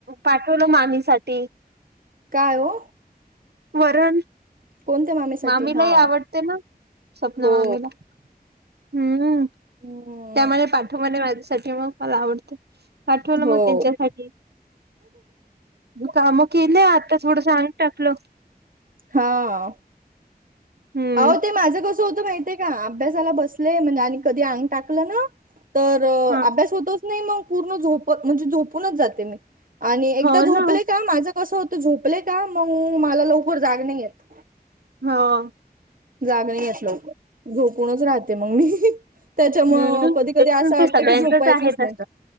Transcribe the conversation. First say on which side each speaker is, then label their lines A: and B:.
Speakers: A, on the right; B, on the right.
A: पाठवलं मामीसाठी
B: काय वो.
A: वरण
B: कोणत्या मामीसाठी
A: मामीला
B: हा
A: ही आवडते ना स्वप्न
B: हो
A: मामीला हम्म.
B: हो.
A: त्यामुळे पाठवणे माझ्यासाठी मग मला आवडते पाठवलं
B: हो
A: मग त्यांच्यासाठी काम केलं आता थोडस आंग टाकल.
B: हा
A: हम्म
B: अह ते माझं कसं होतं माहितीय का अभ्यासाला बसलेय म्हणजे आणि कधी अंग टाकलं ना तर
A: हा
B: अभ्यास होतोच नाही मग पूर्ण झोप म्हणजे झोपूनच जाते मी आणि एकदा
A: हो
B: झोपले
A: ना
B: का माझं कसं होतं झोपले का मग मला लवकर जाग नाही येत
A: होा
B: जाग नाही असलं झोपूनच राहते मग मी त्याच्यामुळं
A: हम्म
B: कधी कधी
A: ते
B: असं वाटत
A: सगळ्यांचच
B: की झोपायचंच
A: आहे
B: नाही
A: तसं